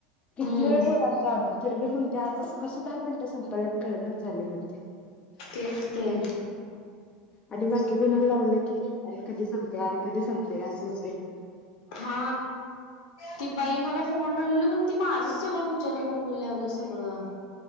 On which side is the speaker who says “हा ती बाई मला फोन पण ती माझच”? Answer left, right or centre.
Left